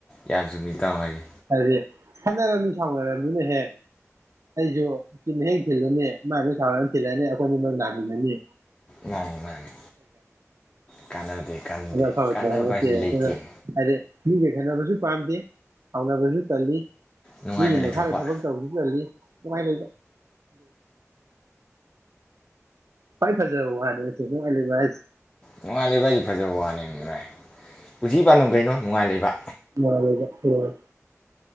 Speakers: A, on the left; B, on the right.
A: ꯌꯥꯝ ꯆꯨꯝꯃꯤ ꯏꯇꯥꯎ ꯍꯥꯏꯁꯦ
B: ꯍꯥꯏꯗꯤ ꯈꯅꯔꯝꯅꯤ ꯁꯥꯎꯅꯔꯅꯤꯅ ꯍꯦꯛ ꯑꯩꯁꯨ ꯏꯤ ꯍꯦꯛ ꯊꯤꯜꯂꯅꯤ ꯃꯥꯁꯨ ꯁꯥꯎꯅꯔꯅꯤ ꯊꯤꯜꯂꯅꯤ ꯑꯩꯈꯣꯏꯅꯤ ꯅꯪ ꯅꯥꯃꯤꯟꯅꯅꯤ
A: ꯃꯥꯅꯦ ꯃꯥꯅꯤ ꯀꯥꯟꯅꯗꯦ ꯀꯥꯟꯅꯗꯦ
B: ꯑ
A: ꯀꯥꯟꯅꯕ ꯍꯥꯏꯁꯤ
B: ꯐꯦꯦ
A: ꯂꯩꯇꯦ
B: ꯦ ꯈꯠꯅꯕꯁꯨ ꯄꯥꯝꯗꯦ ꯍꯧꯥꯎꯅꯕꯁꯨ ꯆꯜꯂꯤ
A: ꯅꯨꯡꯉꯥꯏꯅ
B: ꯃꯤꯒꯤ
A: ꯂꯩꯊꯣꯛꯄ
B: ꯃꯈꯥꯗ ꯊꯕꯛ ꯇꯧꯕꯁꯨ ꯆꯜꯂꯤꯉꯥꯏ ꯐꯥꯏ ꯐꯖꯔ ꯋꯥꯗꯁꯤ ꯉꯥꯏ
A: ꯅꯨꯡꯉꯥꯜꯂꯦ ꯚꯥꯏꯁꯦ ꯐꯖꯕ ꯋꯥꯅꯦ ꯚꯥꯏ ꯄꯨꯟꯁꯤ ꯄꯥꯟꯗꯝ ꯀꯩꯅꯣ ꯅꯨꯡꯉꯥꯏ ꯂꯩꯕ
B: ꯃꯥꯗ ꯍ